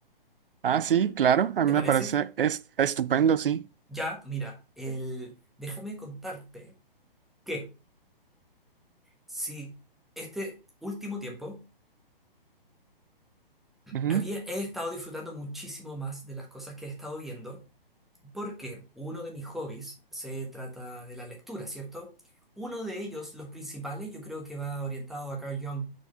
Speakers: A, on the right; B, in the centre.
A: Ah, sí, claro, a
B: ¿Te
A: mí
B: parece?
A: me parece es estupendo, sí.
B: Ya, mira, el, déjame contarte que si este último tiempo...
A: Ujú.
B: había, he estado disfrutando muchísimo más de las cosas que he estado viendo. Porque uno de mis hobbies se trata de la lectura, ¿cierto? Uno de ellos, los principales, yo creo que va orientado a Carl Jung.